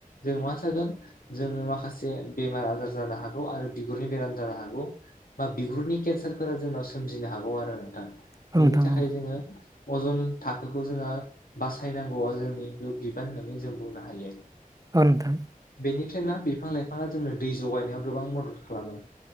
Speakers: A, on the left; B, on the right.
A: जों मा जागोन जोङो माखासे बेमार आजार जानो हागौ आरो बिगुरनि बेराम जानो हागौ बा बिगुरनि केन्सारफोरा जोंनाव सोमजिनो हागौ आरो नोंथां।
B: औ
A: बेनि
B: नोंथां
A: थाखाय
B: औ
A: जोङो अजन थाखोखौ जोङो बासायनांगौआ जोंनि बिबान होननानै जों बुंनो हायो।
B: औ नोंथां
A: बेनिफ्रायनो बिफां लाइफाङा जोंनो दै जगायनायाव गोबां मदद खालामो।